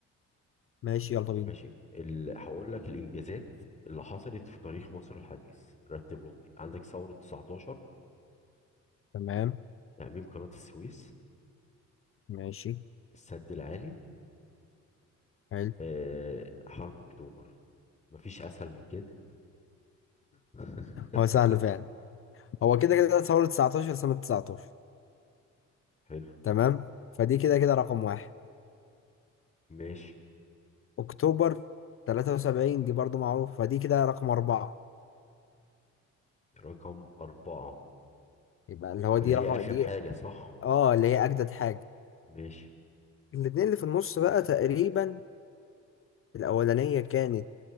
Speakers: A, on the left; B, on the left.
A: ماشي يلا بينا
B: ماشي ال... هقول لك الإنجازات اللي حصلت في تاريخ مصر الحديث رتبهم لي عندك ثورة 19
A: تمام
B: تأميم قناة السويس
A: ماشي
B: السد العالي
A: حلو
B: آه، حرب اكتوبر مفيش اسهل من كده <laughs>
A: هو سهل فعلا هو كده كده ثورة 19 سنة 19
B: حلو
A: تمام فدي كده كده رقم واحد
B: ماشي
A: اكتوبر 73 دي برضه معروفة فدي كده رقم أربعة
B: رقم أربعة
A: يبقى اللي هو دي
B: اللي هي
A: رقم
B: آخر
A: دي
B: حاجة صح
A: اه اللي هي أجدد حاجة
B: ماشي
A: الاتنين اللي في النص بقى تقريبا الأولانية كانت